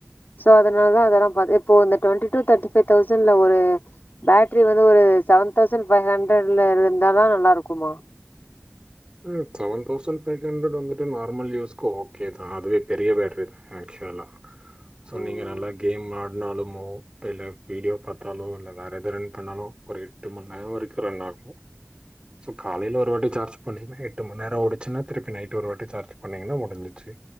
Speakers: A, on the left (about 50°); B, on the right (about 25°).
A: சோ அதனாலதா அதெல்லா பா இப்போ டொன்டி டூ தேர்டி ஃபைவ் தௌசண்ட்ல ஒரு பேட்ரி வந்து ஒரு செவன் தௌசண்ட் ஃபைவ் ஹண்ட்ரட்ல இருந்தாதா நல்லா இருக்குமா
B: ம் செவன் தௌசண்ட் ஃபைவ் ஹண்டரட் வந்துட்டு நார்மல் யூஸ்கு ஓகே தா அதுவே பெரிய பேட்ரி தா ஆக்சுவலா சோ
A: ம்
B: நீங்க நல்லா கேம் ஆ நாலுமோ இல்ல வீடியோ பாத்தாலோ இல்ல வேற எது ரன் பண்ணாலு ஒரு எட்டு மண் நேரோ வரைக்கு ரன் ஆ கு சோ காலையில ஒரு வாட்டி சார்ஜ் பண்ணீங்கன்னா எட்டு மண் நேரோ ஓடுச்சின்னா திருப்பி நைட்டு ஒரு வாட்டி சார்ஜ் பண்ணீங்கன்னா முடிஞ்சிச்சு